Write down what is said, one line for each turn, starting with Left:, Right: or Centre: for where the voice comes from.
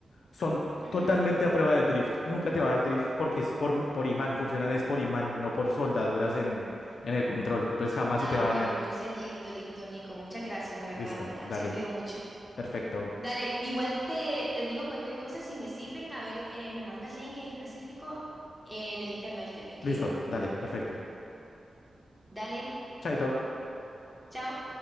Left: son
Centre: Ujú.
Left: totalmente a prueba de drift. Nunca te va a dar drift porque es por, m- por imán, funcionan es por imán, no por soldaduras en, en el control. Entonces jamás
Centre: Ah,
Left: se te va
Centre: bueno,
Left: a dañar.
Centre: entonces listo, listo, Nico, muchas gracias, la verdad,
Left: Listo,
Centre: me han
Left: dale,
Centre: servido mucho.
Left: perfecto.
Centre: Dale, igual te, te digo cualquier cosa, si me sirven, a ver, eh, me mandas link en específico eh, en el interno, ¿viste? Te escribo.
Left: Listo, dale, perfecto.
Centre: Dale,
Left: Chaito.
Centre: chao.